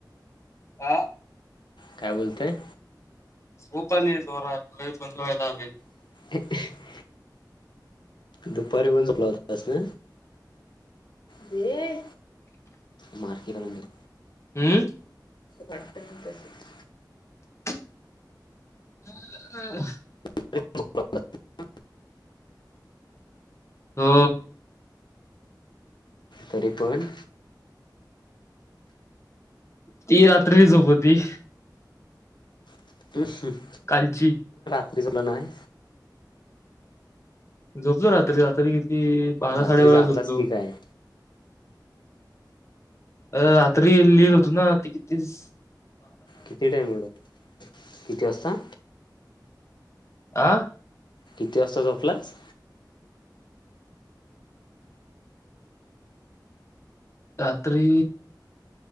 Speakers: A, on the left; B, on the left.
A: हा.
B: काय बोलतय.
A: भूपाल दोरो खाय बदलाला आलेत.
B: ह <unintelligible> दुपारी पण झोपला होतास ना हे मारकी मांजर.
A: हम्म.
B: वाटतय तसच.
A: हा आ.
B: ते <unintelligible>
A: हो.
B: तरी पण.
A: ती रात्री झोपती.
B: ह ह
A: कालची.
B: ते जमलं नाय.
A: झोपलो रात्री रात्री. ते बारा
B: रात्री
A: साडेबारा
B: जागलास
A: झोपलो.
B: की काय
A: अ रात्री लिहित होतो ना ते कितीस.
B: किती टाइम मिळत किती वाजता?
A: आह
B: किती वाजता झोपलास
A: रात्री